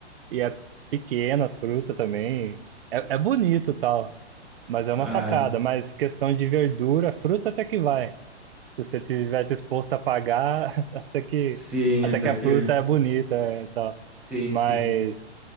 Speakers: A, on the right; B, in the centre.
A: E é pequena as frutas também. É, é bonito e tal, mas é uma
B: é.
A: facada. Mas questão de verdura, fruta até que vai. Se você tiver disposto a pagar, <laughs> até que,
B: Sim,
A: até
B: até
A: que a
B: que.
A: fruta é bonita é, e tal.
B: Sim,
A: Mas,
B: sim.